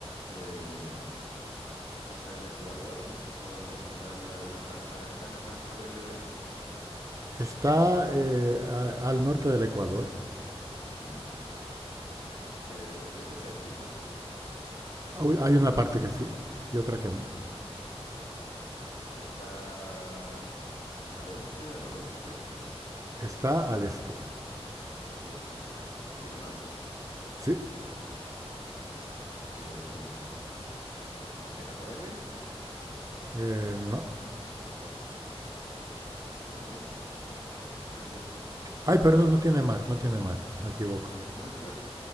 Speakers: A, on the left; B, on the right.
A: Eh, pasa el Ecuador, por- o sea, está en la, en la franja, está en la franja verde de África.
B: está eh, a- al norte del Ecuador.
A: Mm, eh, es desértico.
B: Hay hay una parte que sí y otra que
A: Mm,
B: no.
A: está al este, al oeste,
B: Está al este.
A: al este. ¿Tiene mar?
B: Sí,
A: Tiene mar. Eh, ¿empieza por M?
B: eh, no.
A: Oh, está al este. Ah, al este.
B: Ay, perdón, no tiene mar, no tiene
A: Uy,
B: mar. Me equivoco.
A: uy. <laughs>